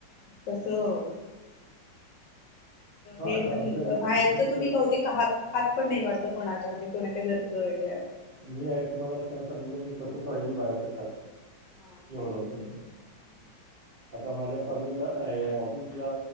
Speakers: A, on the left; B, on the right.
A: कस अ
B: हा
A: हे
B: आता
A: पण
B: आमचं रि-
A: बाहेरच
B: नाही
A: तुम्ही
B: ताई
A: बहुतेक हात हात पण नाही वाटत कोणाच्या म्हणजे कोणाच्या घरचं वगैरे असं
B: मी आहे तुम्हाला खरं सांगू मी स्वतःच ऑयली बाहेर तर खात
A: हा
B: एवढंचत
A: तेच तर. हम्म
B: आता माझ्या कलीला ऑफिसला